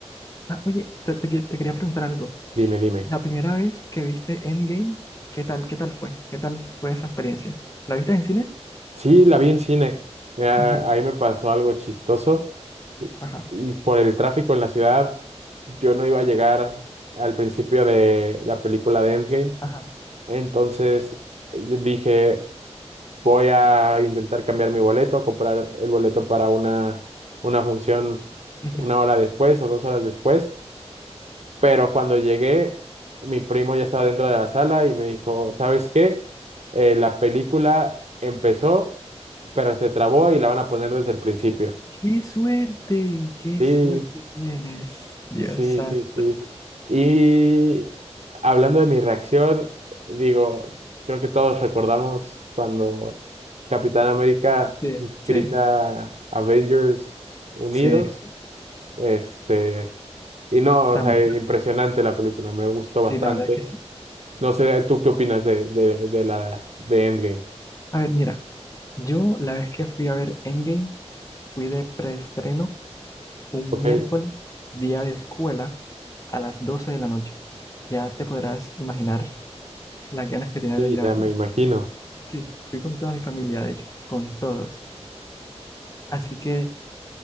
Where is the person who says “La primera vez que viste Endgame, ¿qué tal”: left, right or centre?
Left